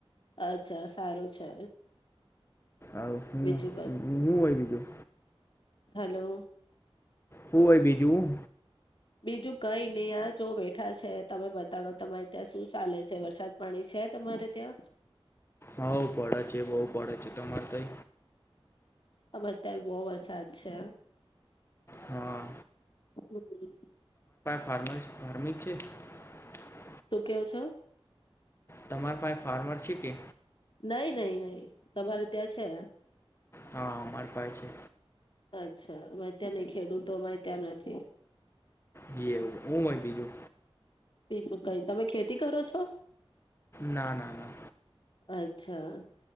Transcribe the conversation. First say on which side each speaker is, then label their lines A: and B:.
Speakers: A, on the left; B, on the left.
A: અચ્છા સારું છે.
B: આહ હું
A: બીજું
B: હું હું હોય બીજું.
A: હેલો.
B: હું હોય બીજું?
A: બીજું કઈ નહીં યાર જો બેઠા છે. તમે બતાડો તમારે ત્યાં શું ચાલે છે, વરસાદ પડે છે તમારે ત્યાં?
B: હઉ પડે છે બઉ પડે છે તમારે તહી?
A: હમારે ત્યાં બહુ વરસાદ છે.
B: હા
A: હમ્મ.
B: <unintelligible>
A: તે છે.
B: તમાર પાસે ફાર્મર છે કે
A: નહી નહી નહી. તમારે ત્યાં છે?
B: હા, હમાર પાએ છે.
A: અચ્છા મેં તને ખેડૂતોમાં ત્યાં નથી.
B: છે એવું હું હોય બીજું?
A: બીજું કઈ તમે ખેતી કરો છો?
B: ના ના ના.
A: અચ્છા.